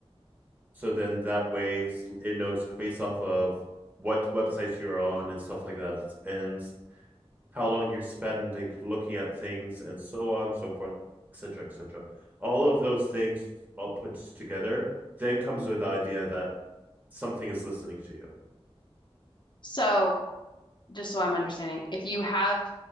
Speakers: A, on the right (about 15°); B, on the left (about 50°).
A: So then that way it knows based off of what websites you're on and stuff like that. And how long you're spending looking at things, and so on, so forth, etc., etc. All of those things all put together then comes with the idea that something is listening to you.
B: So just so I'm understanding, if you have,